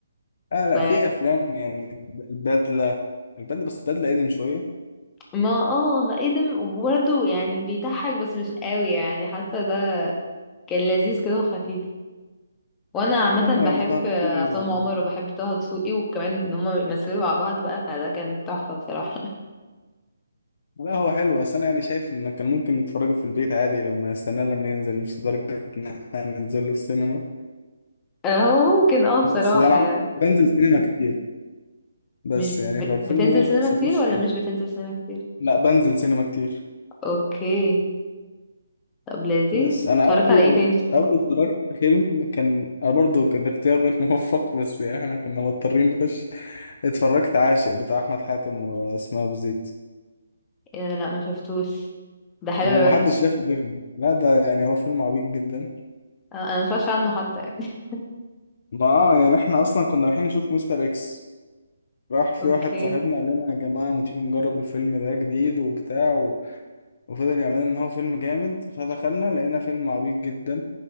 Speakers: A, on the left; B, on the left.
A: اه لا
B: ف
A: في افلام يعني البدلة البدلة بس البدلة قديم شوية
B: ما اه ايه ده برضه يعني بيضحك بس مش قوي يعني حاسه ده كان لذيذ كده وخفيف وانا عامه
A: هما
B: بحب
A: يعني طه دسوقي
B: عصام عمر وبحب طه دسوقي وكمان ان هما يمثلوا مع بعض بقى فده كان تحفه بصراحه
A: لا هو حلو بس انا يعني شايف ان كان ممكن نتفرجوا في البيت عادي لما استناه لما ينزل مش لدرجة ان احنا ننزل له السينما
B: <laughs> هو ممكن اه بصراحه
A: بس ده انا
B: يعني
A: عم- بنزل سينما كتير بس
B: مش
A: يعني
B: ب...
A: فالفيلم
B: بتنزل
A: ده ما
B: سينما
A: حسيتوش
B: كتير ولا
A: كان
B: مش بتنزل سينما كتير
A: لا بنزل سينما كتير
B: اوكي طب لذيذ
A: بس انا
B: اتفرجت
A: قبله
B: على ايه تاني شفته
A: قبله اتفرجت فيلم كان انا برضه كان اختيار غير <laughs> موفق بس يعني احنا كنا مضطرين نخش اتفرجت عاشق بتاع احمد حاتم واسماء ابو زيد
B: ايه ده؟ لا ما شفتوش ده حلو
A: هو
B: ولا
A: محدش
B: وحش
A: شافه غيرنا لا ده يعني هو فيلم عبيط جدا
B: انا أنا ما اتفرجش عنه حتى يعني <laughs>
A: ما اه يعني احنا اصلا كنا رايحين نشوف مستر اكس راح في
B: اوكي
A: واحد صاحبنا قال لنا يا جماعة ما تيجي نجرب الفيلم ده جديد وبتاع و... وفضل يعمل لنا ان هو فيلم جامد فدخلنا لقينا فيلم عبيط جدا